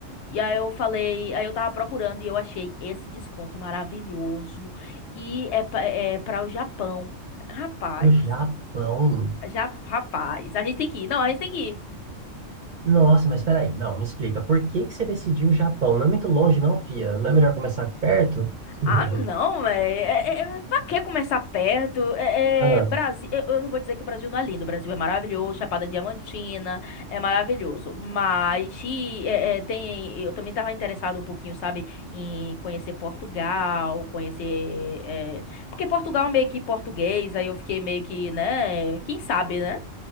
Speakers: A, on the left; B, on the right.
A: E aí eu falei, aí eu tava procurando e eu achei esse desconto maravilhoso. E é, pa- é para o Japão. Rapaz,
B: Pro Japão?
A: já, rapaz, a gente tem que ir. Não, a gente tem que ir.
B: Nossa, mas peraí, não, me explica. Por que que você decidiu o Japão? Não é muito longe, não, fia? Não é melhor começar aqui perto? <laughs>
A: Ah, não, velho. É, é, é- pra que começar perto? É,
B: Ah,
A: é, Brasil, eu, eu não vou dizer que o Brasil não é lindo. O Brasil é maravilhoso, Chapada Diamantina é maravilhoso. Mas e, é, é, tem, eu também estava interessado um pouquinho, sabe, em conhecer Portugal, conhecer, é, porque Portugal é meio que português. Aí eu fiquei meio que, né? Quem sabe, né?